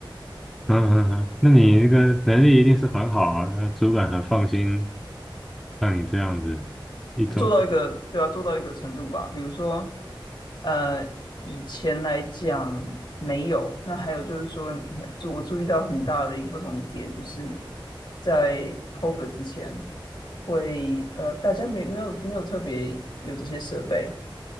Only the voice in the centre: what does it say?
嗯嗯嗯，那你这个能力一定是很好啊，那主管很放心让你这样子一周。